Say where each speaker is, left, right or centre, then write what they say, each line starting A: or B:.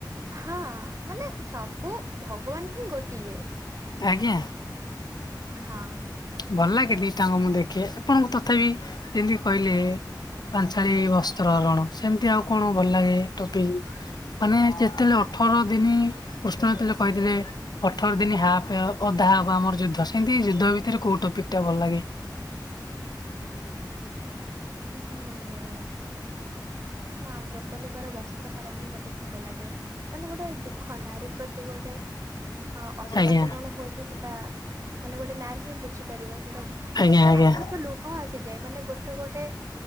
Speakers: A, on the right (about 40°); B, on the left (about 60°).
A: ହଁ ମାନେ ସବୁ ଭଗବାନ୍ ହିଁ ଗୋଟିଏ।
B: ଆଜ୍ଞା।
A: ହଁ।
B: ଭଲ୍ ଲାଗେ ଦିଟାଙ୍କ ମୁଁ ଦେଖେ ଆପଣଙ୍କୁ ତଥାପି ଯେମିତି କହିଇଲେ। ପାଞ୍ଚାଳୀ ବସ୍ତ୍ର ହରଣ ସେମ୍ତି ଆଉ କଣ ଭଲ୍ ଲାଗେ ଟପିକ୍। ମାନେ ଯେତେବେଳେ ଅଠର ଦିନି କୃଷ୍ଣ ଯେତେବେଳେ କହିଥିଲେ। ଅଠର ଦିନ୍ ହାପ୍ ଅଧା ହବ ଆମର ଯୁଦ୍ଧ ସେମିତି ଯୁଦ୍ଧ ଭିତରେ କୋଉ ଟପିକ୍ ଟା ଭଲ୍ ଲାଗେ।
A: ଉଁ ମାନେ। ହଁ ଦ୍ରୌପଦୀଙ୍କର ବସ୍ତ୍ର ହରଣ ହିଁ ମତେ ଭଲ ଲାଗେ ମାନେ ଗୋଟେ ଦୁଃଖ ନାରୀ ପ୍ରତ୍ ପ୍ରତି ଗୋଟେ ଅ ଅସଦାଚରଣ
B: ଆଜ୍ଞା
A: ହୁଏକି ସେଟା ମାନେ ଗୋଟେ ନାରୀ ହିଁ ବୁଝିପାରିବ ସେଇଟା ବୁ
B: ଆଜ୍ଞା ଆଜ୍ଞା
A: ଆଖିରୁ ତ ଲୁହ ଆସିଯାଏ ମାନେ ଗୋଟ ଗୋଟେ